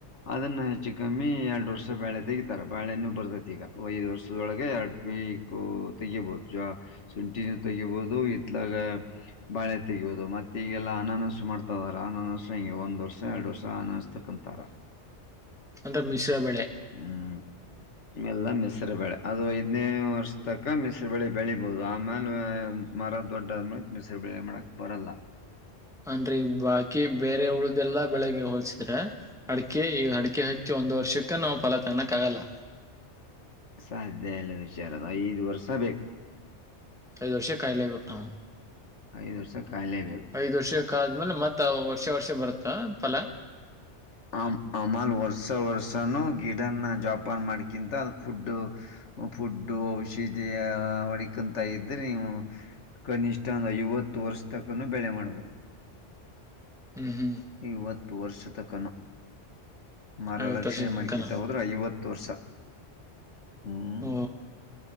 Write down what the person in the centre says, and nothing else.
ಅಂದ್ರ ಮಿಶ್ರ ಬೆಳೆ
ಅನ್್ರೀ ಬಾಕಿ ಬೇರೆ ಉಳ್ದಲ್ಲಾ ಬೆಳಿಗ್ಗೆ ಹೋಲ್ಸಿದ್ರೆ ಅಡಿಕೆ ಈ ಅಡಿಕೆ ಹಚ್ಚಿ ಒಂದು್ ವರ್ಷ ಕ್ಕ ನಾವು ಫಲ ತಾನಕ್ಕ ಆಗಲ್ಲ
ದರ್ಶ ಕಾಯಲಬೇಕ ನಾವು
ಐದು ವರ್ಷೆ ಕ ಅ್ಮೇಲೆ ಮತ್ತ ವರ್ಷ ವರ್ಷ ಬರುತ್ತಾ ಫಲ
ಹ್ಮ್ ಹ್ಮ್
ಐವತ್
ವರ್ಷ ತನಕನ
ಓ